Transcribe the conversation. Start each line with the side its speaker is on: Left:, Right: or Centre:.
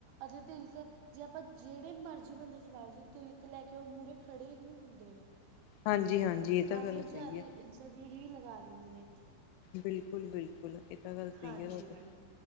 Right: ਅਜੇ ਤਿਲਕ ਜੇ ਆਪਾਂ ਜਿਹੜੇ ਮਰਜ਼ੀ ਮੰਦਰ 'ਚ ਵਾਗਜੀਏ ਤਿਲਕ ਲੈ ਕੇ ਉਹ ਮੂਹਰੇ ਖੜੇ ਈ ਹੁੰਦੇ ਨੇ।
Left: ਹਾਂਜੀ ਹਾਂਜੀ ਇਹ ਤਾਂ
Right: ਬਸ
Left: ਗੱਲ
Right: ਉਹ
Left: ਸਹੀ
Right: ਜ਼ਿਆਦੇ
Left: ਹੈ
Right: ਇਜ <unintelligible> ਦੀ ਹੀ ਲਗਾ ਦਿੰਦੇ ਨੇ।
Left: ਬਿਲਕੁਲ-ਬਿਲਕੁਲ ਇਹ ਤਾਂ ਗੱਲ ਸਹੀ
Right: ਹਾਂਜੀ
Left: ਐ
Right: ਮੈਡਮ
Left: ਤੁਹਾਡੀੇ